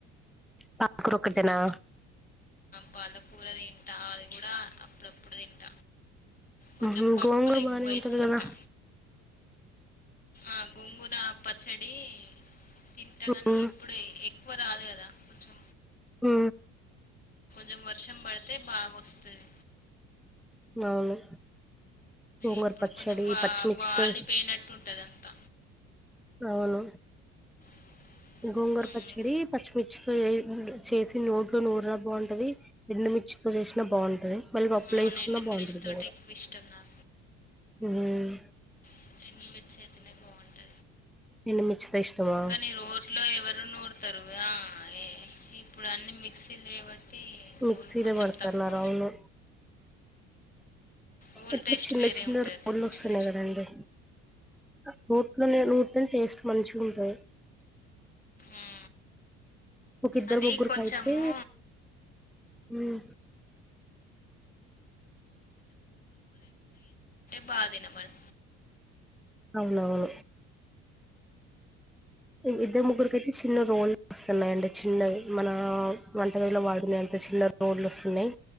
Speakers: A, in the centre; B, on the left.
A: పక్కూరొకటెనా
B: ఆ, పాలకూర తింటా అది కూడా అప్పుడప్పుడు తింటా కొంచెం
A: ఉహు
B: పప్పులు
A: గోంగూర
B: ఎక్కువ
A: బానే
B: వేసుకుంటా
A: ఉంటది కదా
B: ఆ గోంగూర పచ్చడి తింటా
A: ఉ
B: కానీ
A: హు
B: ఇప్పుడు ఎక్కువ రాదు కదా కొంచెం
A: హు
B: చం వర్షం పడితే బాగా వస్తుంది
A: అవును గోంగూర
B: ఇప్పుడు
A: పచ్చడి
B: కొంచెం వా
A: పచ్చిమిర్చితో
B: వాలిపోయినట్టు ఉంటది అంతా
A: అవును
B: <inaudible>
A: గోంగర
B: ఉమ్,
A: పచ్చడి పచ్చిమిర్చితో చేయ్ చేసి నోట్లో నూరీనా బాగుంటది ఎండుమిర్చి తో చేసిన బాగుంటది మళ్ళీ పప్ ప్లేస్కున్నా
B: అవును ఎండుమిర్చి
A: బంటది
B: తోటే
A: కూర
B: ఎక్కువ ఇష్టం నాకు
A: ఉమ్
B: ఎండుమిర్చి అయితేనే బాగుంటది
A: ఎండుమిర్చితో ఇష్టమా?
B: కానీ రోట్లో ఎవరు నూరుతారు ఆ, ఏ- ఇప్పుడు అన్ని మిక్సీలు కాబట్టి
A: మిక్సీలో
B: రోలు కొంచెం
A: పడతన్నారవును
B: తక్కువ రోల్
A: ఇప్పుడు
B: టేస్ట్
A: చిన్న
B: వేరే
A: చిన్న
B: ఉంటుంది
A: రోల్లు
B: అవును.
A: వస్తున్నాయి కదండి రోడ్ రోట్లో నేను నూర్తే టేస్ట్ మంచి గుంటది
B: ఉమ్.
A: ఒకిద్దరు
B: అది
A: ముగ్గురుకైతే
B: కొంచెము
A: ఉమ్
B: బాదినమని
A: అవునవును ఇద్ద ముగ్గురికియితే చిన్న రోల్ వస్తున్నయండి చిన్నవి మన వంట టైం లో వాడుకునే ఎంత చిన్న రోల్లు వస్తున్నయి.